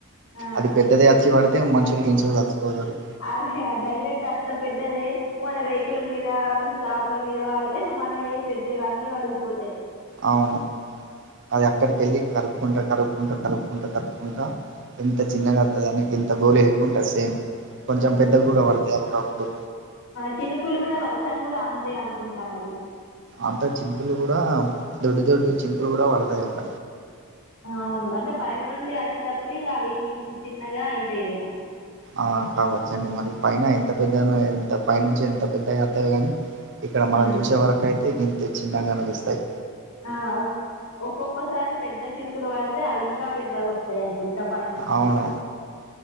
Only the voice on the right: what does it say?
అది పెద్దద వచ్చి పడితే మంచ చిగ తట్టుకోలేడు
అవును అది అక్కడికి ఎళ్ళి కరుపుకుంటా కరుగుకుంటా కరుగుకుంటా కరుగుకుంటా ఎంత చిన్నగా వత్తదనీ ఇంత గోలి లెక్క ఉంటది సేమ్ కొంచెం పెద్దగా గుడా పడతాయి అప్పుడప్పుడు
అంత చినుకులు గుడా దొడ్డు దొడ్డు చినుకులు కూడా పడతాయట
ఆ కావచ్చండి మరి పైన ఎంత పెద్దగానో ఇంత పై నుంచి ఎంత పెద్దవి అతయో గాని ఇక్కడ మనం
చూసే వరకు అయితే గింతే చిన్నగా అనిపిస్తయి
అవును